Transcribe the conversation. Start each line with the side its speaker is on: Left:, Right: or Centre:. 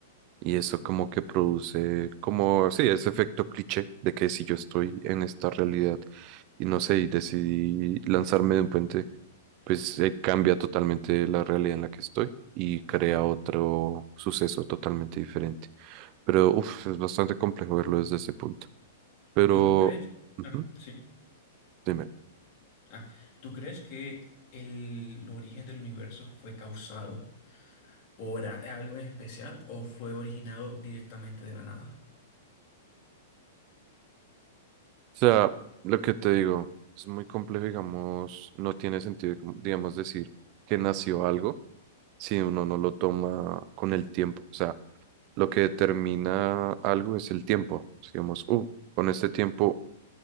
Right: y eso como que produce como, sí, ese efecto cliché de que si yo estoy en esta realidad y no sé, y decidí lanzarme de un puente pues eh, cambia totalmente la realidad en la que estoy y crea otro suceso totalmente diferente. Pero uf, es bastante complejo verlo desde ese punto. Pero,
Left: ¿Y tú crees?
Right: ujú,
Left: Ah, sí.
Right: dime. O
Left: Ah, ¿tú crees que el origen del universo fue causado por a- algo en especial o fue originado directamente de la nada?
Right: sea, lo que te digo, es muy complejo, digamos, no tiene sentido, como, digamos, decir que nació algo si uno no lo toma con el tiempo. O sea, lo que determina algo es el tiempo. Digamos, uh, con este tiempo